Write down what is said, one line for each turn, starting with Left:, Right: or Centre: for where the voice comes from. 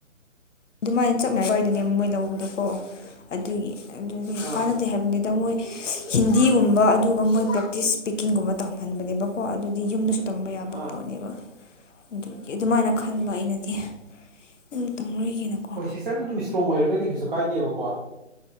Left: ꯑꯗꯨꯃꯥꯏꯅ ꯆꯞ ꯃꯥꯟꯅꯩꯏꯗꯅꯦꯕ ꯃꯣꯏ ꯂꯧꯕꯗꯣꯀꯣ ꯑꯗꯨꯒꯤ ꯑꯗꯨꯗꯤ
Right: ꯑꯥ
Left: ꯀꯥꯟꯅꯗꯦ ꯍꯥꯏꯕꯅꯤꯗ ꯃꯣꯏ ꯍꯤꯟꯗꯤꯒꯨꯝꯕ ꯑꯗꯨꯒ ꯃꯣꯏ ꯄ꯭ꯔꯦꯛꯇꯤꯁ ꯏꯁꯄꯤꯀꯤꯡꯒꯨꯝꯕ ꯇꯝꯍꯟꯕꯅꯦꯕꯀꯣ ꯑꯗꯨꯗꯤ ꯌꯨꯝꯗꯁꯨ ꯇꯝꯕ ꯌꯥꯕ
Right: ꯑꯥ
Left: ꯄꯣꯠꯅꯦꯕ ꯑꯗꯨꯒꯤ ꯑꯗꯨꯃꯥꯏꯅ ꯈꯟꯕ ꯑꯩꯅꯗꯤ ꯎꯝ ꯇꯝꯃꯔꯣꯏꯒꯦꯅꯀꯣ
Right: ꯍꯣꯏ ꯁꯤꯁꯇꯔꯅ ꯑꯗꯨꯝ ꯏꯁꯇ꯭ꯔꯣꯡ ꯑꯣꯏꯔꯒꯗꯤ ꯀꯩꯁꯨ ꯀꯥꯏꯗꯦꯕꯀꯣ